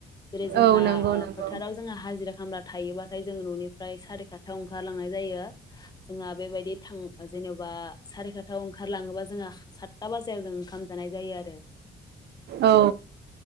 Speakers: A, on the left; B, on the right.
A: जेरै जोंहा
B: औ नंगौ
A: ओ
B: नंगौ
A: फोथाराव जोंहा हाजिरा खामला थायोबाथाय जोंङो न'निफ्राय सारि खा थायाव ओंखारलांनाय जायो जोंहा बेबायदि थां जेनेबा सारि खात्थायाव ओंखारलाङोब्ला जोंहा सात्था बाजाराव जों ओंखाम जानाय जायो आरो
B: औ